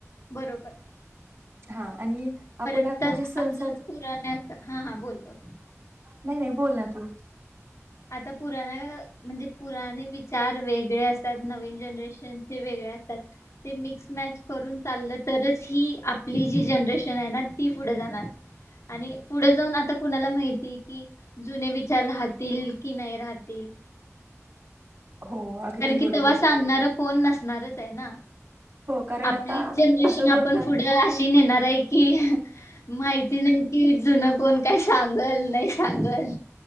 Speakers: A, on the left (about 65°); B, on the right (about 50°).
A: बरोबर.
B: हा आणि आपण
A: पर्यंत
B: आता
A: अजून
B: जे सण साज
A: पुराण्या हा, हा बोल, बोल.
B: नाही नाही बोल ना तू
A: आता पुराण्या म्हणजे पुराने विचार वेगळे असतात, नवीन जनरेशनचे वेगळे असतात ते मिक्स मॅच करून चाललं तरच ही आपली जी जनरेशन आहे ना ती पुढं जाणार आणि पुढं जाऊन आता कुणाला माहिती कि जुने विचार राहतील. की नाही राहतील.
B: हो अगदी
A: कारण
B: बरोबर
A: कि तेव्हा सांगणार कोण नसणारच आहे ना.
B: हो कारण
A: आपलीच
B: आता
A: जनरेशन
B: असं बोलतात
A: आपण पुढं अशी नेणार आहे की, माहिती नाही कि जुनं कोण काय सांगल, नाही सांगल.